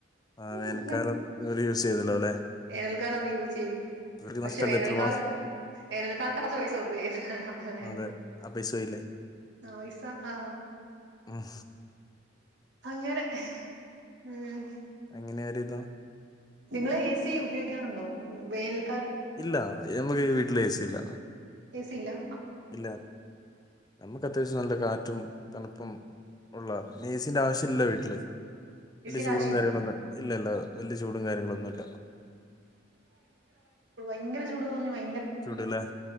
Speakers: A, on the left; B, on the right.
A: ആ,
B: <unintelligible>
A: വേനൽക്കാലം ഇവർ യൂസ് ചെയ്തല്ലോ അല്ലെ
B: യൂസ് ചെയ്യുന്നേ
A: ഇവർക്ക്
B: പക്ഷെ
A: നഷ്ടമല്ലേ
B: വേനൽക്കാലത്ത്
A: എത്ര മാസം
B: വേനൽക്കാലത്ത് അടച്ച പൈസ വെറുതെയായി അല്ലെ
A: അതെ ആ പൈസോയില്ലേ
B: ആ പൈസ ആ
A: മ്മ്
B: അങ്ങനെ ഉം
A: അങ്ങനെയരുതാ
B: നിങ്ങള് എ സി ഉപയോഗിക്കാറുണ്ടോ വേനൽ
A: ഇല്ല എമക്ക് വീ എ സി ഇല്ല
B: എ സി ഇല്ലാ
A: ഇല്ല നമ്മക്ക് അത്യാവശ്യം നല്ല കാറ്റും തണുപ്പും ഉള്ളാ പിന്നേസീന്റെ ആവശ്യില്ല വീട്ടില്
B: എ
A: വല്യ
B: സീന്റെ
A: ചൂടും
B: ആവശ്യല്ലേ?
A: കാര്യങ്ങളൊന്നും ഇല്ലലോ വല്യ ചൂടും കാര്യങ്ങളൊന്നുല്ല
B: ഭയര ചൂട് എന്ന് പറഞ്ഞ ഭയങ്ക
A: ചൂട്ല്ലെ